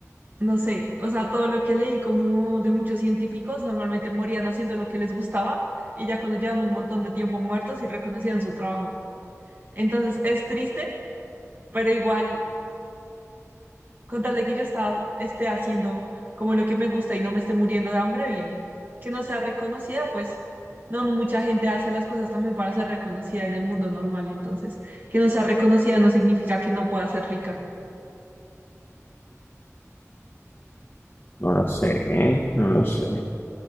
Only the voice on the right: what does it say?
no sé, o sea, todo lo que leí como de muchos científicos normalmente morían haciendo lo que les gustaba y ya cuando llevan un montón de tiempo muertos y reconocían su trabajo. Entonces es triste, pero igual, con tal de que yo estaba, esté haciendo como lo que me gusta y no me esté muriendo de hambre, bien. Que no sea reconocida, pues no no mucha gente hace las cosas también para ser reconocida en el mundo normal, entonces que no sea reconocida no significa que no pueda ser rica.